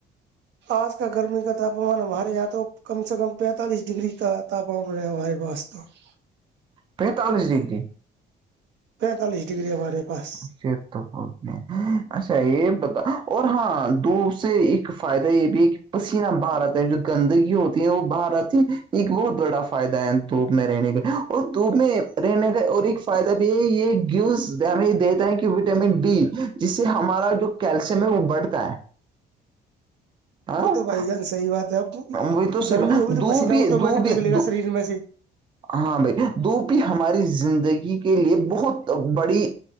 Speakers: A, on the right; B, on the right.
A: آج کا گرمی کا تاپمان ہمارے یہ تو کم سے کم پینتالیس ڈگری کا <unintelligible> تپ ہم رہ ہمار واسست <unintelligible>
B: پینتالیس ڈگری
A: پینتالیس ڈگری ہمارے پاس
B: پ تو بہت میں اچھا یہ بتا اور ہاں دو سے ایک فائدہ یہ بھی پسینہ باہر آتا ہے جو گندگی ہوتی ہے وہ باہر رہتی ہے ایک بہت بڑا فائدہ ہے دھوپ میں رہنے کا اور دھوپ میں رہنے کا اور ایک فائدہ بھی ہے یہ گیوز ہمیں یہ دیتا ہے کہ وٹامن ڈی جس سے ہمارا جو کیلشیم ہے وہ بڑھتا ہے ہاں
A: وہ تو بھائی جان سحی بات اب
B: وہی تو صحیح
A: گرمی ہوگی تو
B: دو
A: پسیینہ
B: بھی
A: آٹومیٹک
B: دو بھی
A: لگ لے گا
B: دھو-
A: شریر میں سے
B: ہاں بھائی دووپی ہماری زندگی کے لیے بہت بڑی